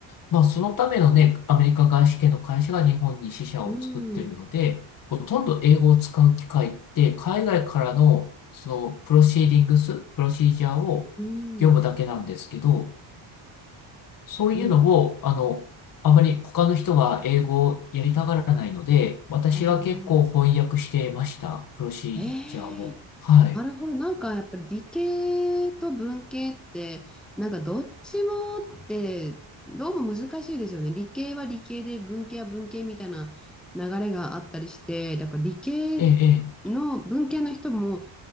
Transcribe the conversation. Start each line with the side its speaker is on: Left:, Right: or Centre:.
Left: まあそのためのね、アメリカ外資系の会社が日本に支社を作っているので、
Centre: うん、
Left: ほとんど英語を使う機会って、海外からのそのプロシーディングス、プロシージャーを読むだけなんですけど、
Centre: うん、
Left: そういうのを、
Centre: うん。
Left: あの、あまり他の人は英語をやりたがらないので、私は結構翻訳してました、
Centre: ああ、
Left: プロシージャーを。
Centre: ええ
Left: はい。
Centre: なるほど。なんかやっぱり理系と文系って、なんかどっちもって、どうも難しいですよね。理系は理系で、文系は文系みたいな流れがあったりして、だから理系
Left: ええ、え
Centre: の文系の人も、